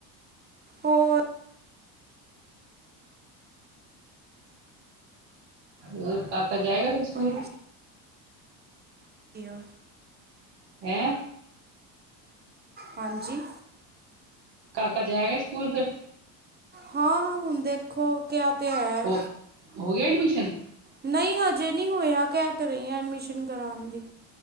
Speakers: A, on the right (about 20°); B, on the right (about 55°).
A: ਹੋਰ
B: ਹੋਰ ਕਾਕਾ ਜਾਏਗਾ ਫਿਰ ਸਕੂਲ?
A: ਬਸ ਵਧੀਆ
B: ਹੈਂ?
A: ਹਾਂਜੀ
B: ਕਾਕਾ ਜਾਏਗਾ ਇਸ ਸਕੂਲ ਫਿਰ।
A: ਹਾਂ ਹੁਣ ਦੇਖੋ ਕਿਹਾ ਤੇ ਹੈ।
B: ਹੋ ਹੋ ਗਿਆ ਐਡਮਿਸ਼ਨ
A: ਨਹੀਂ ਹਜੇ ਨਹੀਂ ਹੋਇਆ, ਕਹਿ ਤਾ ਰਹੀ ਆ ਐਡਮਿਸ਼ਨ ਕਰਾਣ ਦੀ।